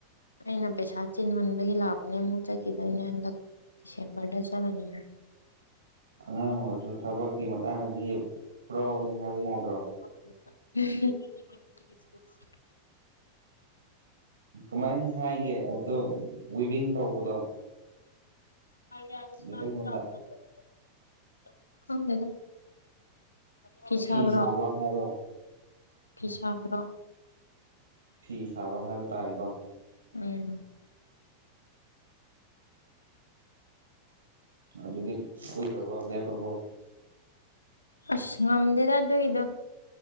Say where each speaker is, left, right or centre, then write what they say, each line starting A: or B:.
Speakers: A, on the left; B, on the right.
A: ꯑꯩꯅ ꯄꯩꯁꯥ ꯆꯤꯟꯃꯟꯕꯒꯤ ꯂꯥꯛꯄꯅꯦ ꯑꯃꯨꯛ ꯆꯠꯈꯤꯗꯣꯏꯅꯦ ꯍꯟꯗꯛ ꯗꯤꯁꯦꯝꯕꯔꯗ ꯆꯠꯂꯅꯤ ꯃꯨꯛ
B: ꯑꯉꯥꯡ ꯑꯣꯏꯔꯁꯨ ꯊꯕꯛꯀꯤ ꯃꯇꯥꯡꯗꯗꯤ ꯄ꯭ꯔꯣꯅꯤ ꯍꯥꯏꯕ ꯌꯥꯗ꯭ꯔꯣ
A: <unintelligible>
B: ꯀꯃꯥꯏꯅ ꯍꯥꯏꯒꯦ ꯑꯗꯣ ꯋꯤꯚꯤꯡ ꯇꯧꯕꯗꯣ
A: ꯈꯪꯗ‌ꯦꯗ
B: ꯃꯩꯇꯩꯉꯣꯟꯗ
A: ꯐꯤꯁꯥꯕ꯭ꯔꯣ
B: ꯐꯤ ꯁꯥꯕ ꯍꯥꯏꯕ꯭ꯔꯣ
A: ꯐꯤꯁꯥꯕ꯭ꯔꯣ
B: ꯐꯤ ꯁꯥꯕ ꯍꯥꯏꯕ ꯇꯥꯔꯦꯀꯣ
A: ꯎꯝ
B: ꯑꯗꯨꯗꯤ ꯀꯨꯏꯔꯕꯣ ꯂꯦꯞꯔꯕꯣ
A: ꯑꯁ ꯉꯝꯗ‌ꯦꯗ ꯑꯗꯨꯒꯤꯗꯣ